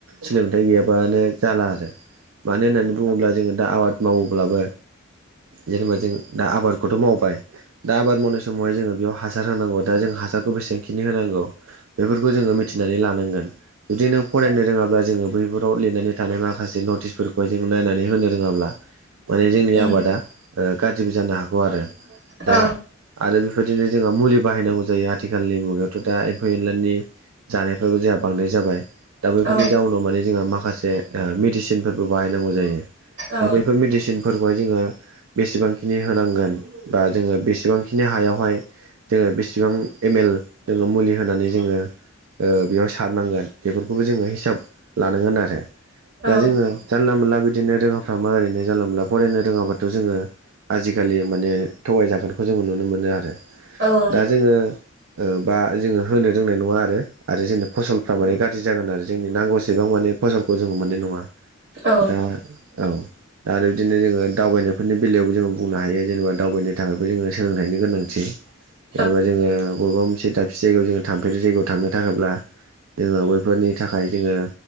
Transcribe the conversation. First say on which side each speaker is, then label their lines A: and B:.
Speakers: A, on the right (about 85°); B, on the right (about 60°).
A: सोलोंथाइ गैयाबानो जाला आरो मानो होननानै बुङोब्ला जोङो दा आबाद मावोब्लाबो जेनेबा जों दा आबादखौथ' मावबाय दा आबाद मावनाय समावहाय जोङो बेयाव हासार होनांगौ दा जों हासारखौ बेसांखिनि होनांगौ बेफोरखौ जोङो मिथिनानै लानांगोन। जुदि नों फरायनो रोङाब्ला जोङो बैफोराव लिरनानै थानाय माखासे नटिसफोरखौहाय जों नायनानै होनो रोङाब्ला माने जोंनि
B: उम
A: आबादा गाज्रिबो जानो हागौ आरो। दा
B: औ
A: आरो बेफोरबायदिनो जोंहा मुलि बाहायनांगौ जायो आथिखालनि मुगायावथ' दा एम्फौ एनलानि जानायफ्राबो जोंहा बांद्राय जाबाय दा बेफोरनि
B: औ
A: जाउनाव माने जोंहा माखासे ओ मेडिसिनफोरबो बाहायनांगौ जायो।
B: उम
A: दा बैफोर मेदिसिन फोरखौहाय जोङो बेसेबांखिनि होनांगोन बा जोङो बेसेबांखिनि हायावहाय जोङो बेसेबां एम एल जोङो मुलि होनानै जोङो ओ बेयाव सारनांगोन बेफोरखौबो जोङो हिसाब लानांगोन आरो
B: औ
A: दा जोङो जानला मोनला बिदिनो रोङा <unintelligible> ओरैनो जानला मानला फरायनो रोङाबाथ' जोङो आजिखालि माने थगायजागोनखौ जोङो नुनो मोनो आरो
B: औ औ
A: दा जोङो ओ बा जोङो होनो रोंनाय नङा आरो जोंनो फसलफ्रा माने गाज्रि जागोन आरो जोंनि नांगौसेबां माने फसलखौ जोङो मोननाय नङा
B: औ
A: दा औ आरो बिदिनो जोङो दावबायनायफोरनि बेलायावबो जोङो बुंनो हायो जेनेबा दावबायनो थाखायबो जोङो सोलोंथाइनि गोनांथि
B: <inaudible>
A: जेनेबा जोङो बबेबा मोनसे दाबसे जायगायाव जोङो थांफेरै जायगायाव थांनो थाखायब्ला जोङो बैफोरनि थाखाय जोङो